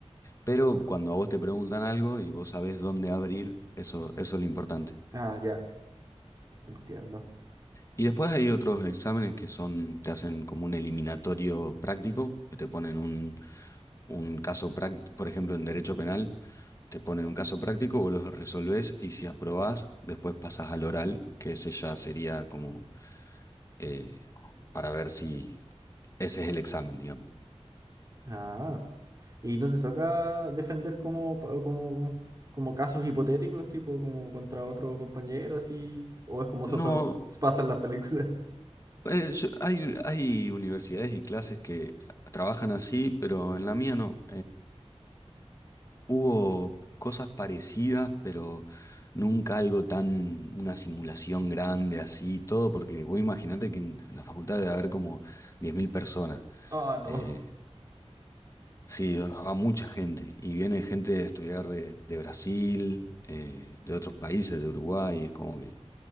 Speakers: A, on the left; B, on the right.
A: Pero cuando a vos te preguntan algo y vos sabés dónde abrir, eso, eso es lo importante.
B: Ah, ya, entiendo.
A: Y después hay otros exámenes que son, te hacen como un eliminatorio práctico, que te ponen un, un caso práctico, por ejemplo, en derecho penal, te ponen un caso práctico, vos lo resolvés y si aprobás, después pasás al oral, que ese ya sería como eh, para ver si ese es el examen, digamos.
B: Ah, ¿y no te toca defender como, pa- como, como casos hipotéticos, tipo como contra otro compañero, así? ¿O es como eso
A: No,
B: solo pasa en las películas? <laughs>
A: eh, yo- hay, hay universidades y clases que trabajan así, pero en la mía no. Hubo cosas parecidas, pero nunca algo tan, una simulación grande así, todo, porque vos imaginate que en, en la facultad debe haber como 10.000 personas.
B: Ah, no.
A: Eh, sí, va va mucha gente. Y viene gente a estudiar de, de Brasil, eh, de otros países, de Uruguay. Es como que,